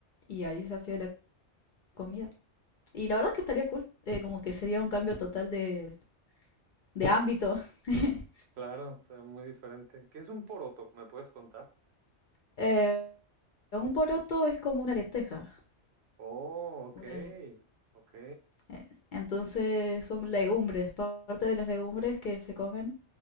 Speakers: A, on the left; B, on the right.
A: y ahí se hacía la comida. Y la verdad es que estaría cool, eh, como que sería un cambio total de, de ámbito. <laughs>
B: Claro, o sea, muy diferente. ¿Qué es un poroto? ¿Me puedes contar?
A: Eh, un poroto es como una lenteja.
B: Oh, ok,
A: Una len-
B: ok.
A: eh, Entonces son legumbres, parte de las legumbres que se comen